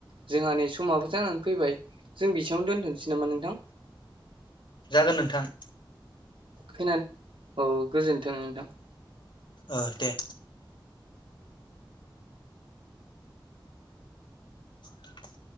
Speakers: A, on the right (about 90°); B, on the left (about 70°).
A: जोंहा नै समाबो जानानै फैबाय जों बिसेयावनो दोन्थसै नामा नोंथां
B: जागोन नोंथां
A: खोनान औ गोजोन्थों नोंथां
B: ओ दे <inaudible>